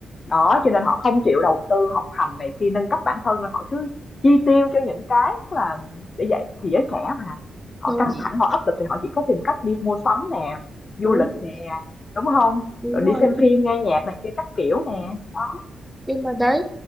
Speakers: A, on the left (about 45°); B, in the centre.
A: đó cho nên họ không chịu đầu tư học hành này kia nâng cấp bản thân họ cứ chi tiêu cho những cái là để vậy thì giới trẻ mà họ
B: đúng
A: căng thẳng họ áp lực thì họ chỉ có tìm cách đi mua sắm nè du
B: đúng
A: lịch nè đúng không
B: đúng
A: rồi
B: rồi
A: đi xem phim, nghe nhạc này kia các kiểu nè, đó.
B: nhưng mà đấy